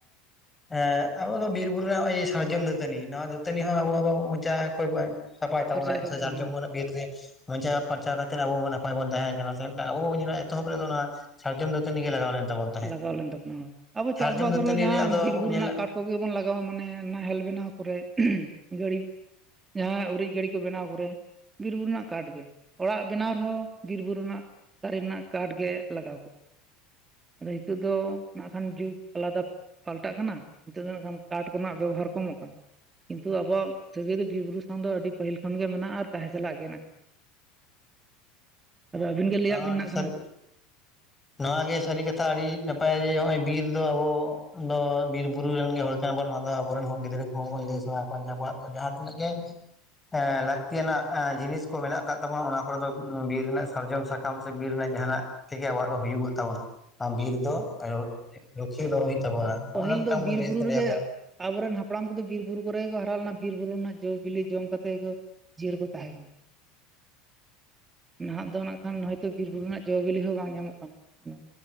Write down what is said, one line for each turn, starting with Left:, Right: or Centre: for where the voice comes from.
Left: ᱦᱮᱸ ᱟᱵᱚ ᱫᱚ ᱵᱤᱨ ᱵᱩᱨᱩ ᱨᱮᱱᱟᱜ ᱱᱚᱜᱼᱚᱭ ᱥᱟᱨᱡᱚᱢ ᱫᱟᱹᱛᱟᱹᱱᱤ ᱱᱚᱣᱟ ᱫᱟᱹᱛᱟᱹᱱᱤ ᱦᱚᱸ ᱟᱵᱚ ᱫᱚ ᱪᱟ ᱠᱚᱭ <unintelligible> ᱥᱟᱯᱟᱭ ᱛᱟᱵᱚᱱᱟᱭ
Right: ᱯᱷᱟᱨᱪᱟᱭ ᱛᱟᱵᱚᱱᱟ
Left: ᱥᱮ ᱥᱟᱨᱡᱚᱢ
Right: ᱦᱚᱸ
Left: <unintelligible> ᱵᱤᱨ ᱜᱮ ᱢᱚᱪᱟ ᱯᱷᱟᱨᱪᱟ ᱠᱟᱛᱮᱫ ᱟᱵᱚᱵᱚᱱ ᱱᱟᱯᱟᱭ ᱵᱚᱱ ᱛᱟᱦᱮ‌ ᱠᱟᱱᱟ ᱥᱮ ᱟᱵᱚ ᱵᱚᱱ ᱧᱮ ᱮᱛᱚᱦᱚᱵ ᱨᱮᱫᱚ ᱚᱱᱟ ᱥᱟᱨᱡᱚᱢ ᱫᱟᱹᱛᱟᱹᱱᱤ ᱜᱮ ᱞᱟᱜᱟᱣ ᱞᱮᱱ ᱛᱟᱵᱚᱱ ᱛᱟᱦᱮᱸᱫ
Right: ᱞᱟᱜᱟᱣ ᱞᱮᱱ ᱛᱟᱵᱚᱱᱟ ᱦᱳᱭ ᱟᱵᱚ
Left: ᱥᱟᱨᱡᱚᱢ
Right: ᱪᱟᱥᱵᱟᱥ
Left: ᱫᱟᱹᱛᱟᱹᱱᱤ
Right: ᱨᱮᱦᱚᱸ ᱡᱟᱦᱟᱸ
Left: ᱨᱮ ᱟᱫᱚ
Right: ᱵᱤᱨ-ᱵᱩᱨᱩ
Left: ᱟᱵᱚ ᱧᱮᱞᱟ
Right: ᱨᱮᱱᱟᱜ ᱠᱟᱴ ᱠᱚ ᱚᱱᱟ ᱠᱚᱜᱤ ᱵᱚᱱ ᱞᱟᱜᱟᱣᱟ ᱢᱟᱱᱮ ᱱᱟᱦᱮᱞ ᱵᱮᱱᱟᱣ ᱠᱚᱨᱮ ᱜᱟᱹᱲᱤ ᱡᱟᱦᱟᱸ ᱩᱨᱤᱡ ᱜᱟᱹᱰᱤ ᱠᱚ ᱵᱮᱱᱟᱣ ᱠᱚᱨᱮ᱾ ᱵᱤᱨ ᱵᱩᱨᱩ ᱨᱮᱱᱟᱜ ᱠᱟᱴ ᱜᱮ, ᱚᱲᱟᱜ ᱵᱮᱱᱟᱣ ᱨᱮᱦᱚᱸ ᱵᱤᱨ ᱵᱩᱨᱩ ᱨᱮᱱᱟᱜ ᱫᱟᱨᱮ ᱨᱮᱱᱟᱜ ᱠᱟᱴ ᱜᱮ ᱞᱟᱜᱟᱣ ᱠᱚᱜᱼᱟ ᱟᱫᱚ ᱦᱤᱛᱚᱜ ᱫᱚ ᱠᱷᱟᱱ ᱡᱩᱜᱽ ᱟᱞᱟᱫᱟ ᱯᱟᱞᱴᱟᱜ ᱠᱟᱱᱟ ᱱᱤᱛᱚᱜ ᱫᱚ ᱦᱟᱸᱜ ᱠᱷᱟᱱ ᱠᱟᱴ ᱠᱚᱨᱮᱱᱟᱜ ᱵᱮᱵᱚᱦᱟᱨ ᱠᱚᱢᱚᱜ ᱠᱟᱱᱟ᱾ ᱠᱤᱱᱛᱩ ᱟᱵᱚᱣᱟᱜ ᱥᱟᱹᱜᱟᱹᱭ ᱫᱚ ᱵᱤᱨ ᱵᱩᱨᱩ ᱥᱟᱶ ᱫᱚ ᱟᱹᱰᱤ ᱯᱟᱹᱦᱤᱞ ᱠᱷᱚᱱ ᱜᱮ ᱢᱮᱱᱟᱜᱼᱟ ᱟᱨ ᱛᱟᱦᱮᱸ ᱪᱟᱞᱟᱜ ᱜᱮᱭᱟ ᱱᱟᱜᱠᱷᱟᱱ
Left: ᱦᱚᱭ
Right: ᱟᱹᱵᱤᱱ
Left: ᱜᱚᱢᱠᱮ
Right: ᱜᱮ
Left: ᱱᱚᱶᱟ
Right: ᱞᱟᱹᱭᱟᱜ
Left: ᱦᱚᱸ
Right: ᱵᱤᱱ
Left: ᱟᱰᱤ
Right: ᱱᱟᱜ
Left: ᱥᱟᱨᱤᱜ
Right: ᱠᱷᱟᱱ
Left: ᱱᱚᱶᱟ ᱜᱮ ᱥᱟᱹᱨᱤ ᱠᱟᱛᱷᱟ ᱟᱹᱰᱤ ᱱᱟᱯᱟᱭᱟ ᱡᱮ ᱱᱚᱜ ᱚᱭ ᱵᱤᱨ ᱫᱚ ᱟᱵᱚ ᱫᱚ ᱵᱤᱨ ᱵᱩᱨᱩ ᱨᱮᱱ ᱜᱮ ᱦᱚᱲ ᱱᱚᱶᱟ ᱫᱚ ᱟᱵᱚᱮᱱ ᱨᱮᱱ ᱦᱚᱸ ᱜᱤᱫᱽᱨᱟᱹ ᱠᱚᱦᱚᱸ ᱵᱚᱱ ᱞᱟᱹᱭ ᱥᱟᱬᱟ ᱠᱚᱣᱟ ᱡᱮ ᱟᱵᱚᱣᱟᱜ ᱡᱟᱦᱟᱸᱛᱤᱱᱟᱹᱜ ᱜᱮ ᱦᱮᱸ ᱞᱟᱹᱠᱛᱤᱭᱟᱱᱟᱜ ᱡᱤᱱᱤᱥ ᱠᱚ ᱢᱮᱱᱟᱜ ᱠᱟᱫ ᱛᱟᱵᱚᱱᱟ ᱚᱱᱟ ᱠᱚᱨᱮ ᱫᱚ ᱵᱤᱨ ᱨᱮᱱᱟᱜ ᱥᱟᱨᱡᱚᱢ ᱥᱟᱠᱟᱢ ᱥᱮ ᱵᱤᱨ ᱨᱮᱱᱟᱜ ᱡᱟᱦᱟᱸᱱᱟᱜ ᱛᱮᱜᱮ ᱟᱵᱚᱣᱟᱜ ᱫᱚ ᱦᱩᱭᱩᱜᱛᱟᱵᱚᱱᱟ ᱟ ᱵᱤᱨ ᱫᱚ ᱟᱨᱚ ᱞᱩᱠᱷᱤᱭᱟᱹ ᱫᱚᱦᱚᱭ ᱦᱩᱭᱩᱜ ᱛᱟᱵᱚᱱᱟ᱾ ᱱᱚᱜᱼᱚ
Right: ᱯᱟᱹᱦᱤᱞ
Left: ᱱᱚᱝᱠᱟ
Right: ᱫᱚ
Left: ᱵᱚᱱ
Right: ᱵᱤᱨ
Left: ᱞᱟᱹᱭ
Right: ᱵᱩᱨᱩ
Left: ᱥᱟᱰᱮᱭᱟᱠᱚᱣᱟ
Right: ᱨᱮᱜᱮ ᱟᱵᱚ ᱨᱮᱱ ᱦᱟᱯᱲᱟᱢ ᱠᱚ ᱫᱚ ᱵᱤᱨ ᱵᱩᱨᱩ ᱠᱚᱨᱮ ᱜᱮ ᱠᱚ ᱦᱟᱨᱟ ᱞᱮᱱᱟ ᱵᱤᱨᱵᱩᱨᱩ ᱨᱮᱱᱟᱜ ᱡᱚᱼ ᱵᱤᱞᱤ ᱡᱚᱢ ᱠᱟᱛᱮ ᱜᱮ ᱠᱚ ᱡᱤᱭᱟᱹᱲ ᱠᱚ ᱛᱟᱦᱮᱸ ᱠᱟᱱ
Left: <inaudible>
Right: ᱱᱟᱦᱟᱜ ᱫᱚ ᱱᱟᱜ ᱠᱷᱟᱱ ᱦᱚᱭ ᱛᱚ ᱵᱤᱨ ᱵᱩᱨᱩ ᱨᱮᱱᱟᱜ ᱡᱚᱼᱵᱤᱞᱤ ᱦᱚᱸ ᱵᱟᱝ ᱧᱟᱢᱚᱜ ᱠᱟᱱᱟ᱾ ᱩᱱᱟᱹᱜ